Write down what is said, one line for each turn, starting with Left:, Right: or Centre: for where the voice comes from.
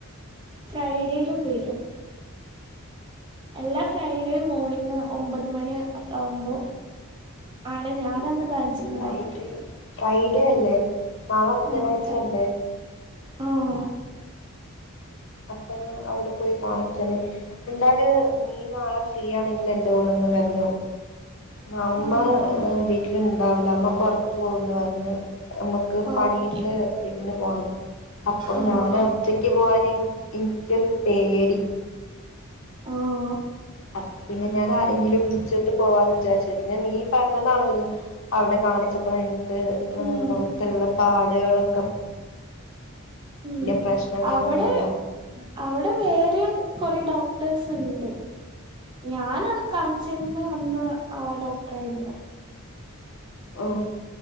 Right: ഫ്രൈഡേയിലും വരും എല്ലാ ഫ് ഫൈടെയും മോർണിംങ് ഒമ്പത് മണി ഓക്കെ ആവുമ്പോ ആണ് ഞാനന്ന് കാണിച്ചിരുന്ന
Left: ഫ്രൈഡേ
Right: ഡോക്ടർ
Left: ഫ്രൈഡേ അല്ലേ നാളെ ബുധനാഴ്ച
Right: ആഹ് ഫ്രൈ
Left: അല്ലേ
Right: ആഹ്
Left: എപ്പഴോ അവിടെ പൊയ് കാണിക്കല് എന്താല് നീ നാളെ ഫ്രീ ആണെങ്കില് എന്റെ കൂടെ ഒന്ന് വര് നം അമ്മ
Right: ആഹ് ഓ
Left: ഏ വീട്ടില്ണ്ടാവൂല അമ്മ പുറത്തുപോവുംന്ന് പറഞ്ഞ് അമ്മക്ക് പണീന്റെ
Right: ഓക്കെ
Left: ഇതിന് പോണം അപ്പൊ
Right: ആഹ്
Left: ഞാന് ഒറ്റക്ക് പോവാന് എനിക്ക് നിക്കൊരു പേടി
Right: ഓ ഓ
Left: അപ് പിന്നെ ഞാൻ ആരെങ്കിലും വിളിച്ചിട്ട് പോവാന്ന് വിചാരിച്ച് പിന്നെ നീ പറഞ്ഞതാണല്ലോ അവിടെ കാണിച്ചപ്പോ എനിക്ക്
Right: ഉം
Left: മുഖത്തുള്ള പാട് അടയാളം
Right: ഉം
Left: പ്രശ്നങ്ങളൊന്നുമില്ല.
Right: അവടെ അവടെ വേറെയും കൊറേ ഡോക് ഡോക്ടർസ്ണ്ട് ഞാന് കാൺച്ചീന്ന അന്ന് ആ ഡോക്ടറെണ്ട്
Left: ഉം.